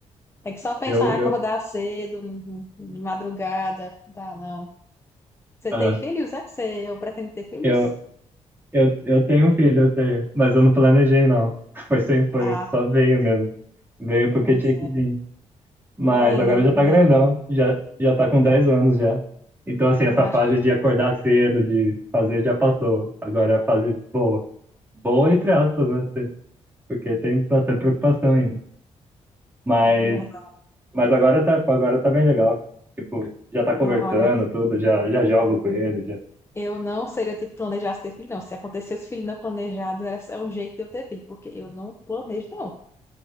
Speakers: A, on the left; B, on the right.
A: É que só pensar
B: eu,
A: em
B: eu,
A: acordar cedo, de madrugada, dá não. Você
B: ah,
A: tem filhos, é? Você, eu pretendo ter filhos?
B: eu, eu, eu tenho um filho, eu tenho, mas eu não planejei, não. <laughs> Foi sem, foi,
A: Ah,
B: só veio mesmo. Veio porque
A: pois
B: tinha
A: é.
B: que vir. Mas
A: Eu ainda
B: agora
A: não
B: já
A: planejo.
B: tá grandão, já, já tá com 10 anos já. Então, assim, essa
A: Eu acho.
B: fase de acordar cedo, de fazer, já passou. Agora é a fase boa. Boa, entre aspas, né? se- Porque tem bastante preocupação ainda. Mas,
A: Verdade.
B: mas agora tá, agora tá bem legal. Tipo, já tá conversando,
A: Não, Olha,
B: tudo, já, já jogo com ele, já.
A: eu não seria tipo planejasse ter filho, não. Se acontecesse filho não planejado, era só um jeito de eu ter filho, porque eu não planejo, não.